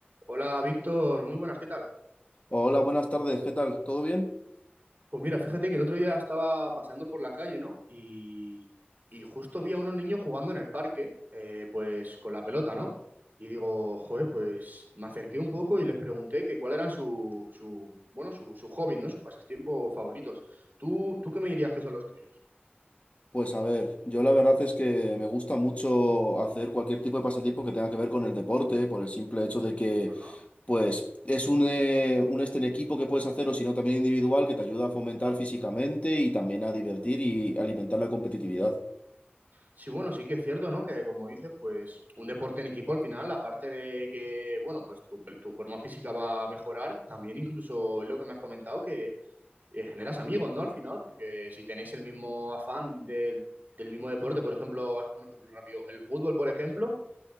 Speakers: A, on the right (about 50°); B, on the left (about 35°).
A: Hola Víctor, muy buenas, ¿qué tal?
B: Hola, buenas tardes, ¿qué tal? ¿Todo bien?
A: Pues mira, fíjate que el otro día estaba paseando por la calle, ¿no? Y, y justo vi a unos niños jugando en el parque, eh, pues con la pelota, ¿no? Y digo, joder, pues me acerqué un poco y les pregunté que cuál eran su, su bueno, su, su hobby, ¿no? Sus pasatiempos favoritos. ¿Tú, tú qué me dirías que son los tuyos?
B: Pues a ver, yo la verdad es que me gusta mucho hacer cualquier tipo de pasatiempo que tenga que ver con el deporte, por el simple hecho de que,
A: Ajá.
B: pues, es un, eh, un este en equipo que puedes hacer o si no también individual que te ayuda a fomentar físicamente y también a divertir y alimentar la competitividad.
A: Sí, bueno, sí que es cierto, ¿no? Que como dices, pues un deporte en equipo al final, aparte de que, bueno, pues tu, tu forma física va a mejorar, también incluso lo que me has comentado, que eh, generas amigos, ¿no? Al final, porque si tenéis el mismo afán del, del mismo deporte, por ejemplo, vas a poner un ejemplo rápido, el fútbol, por ejemplo,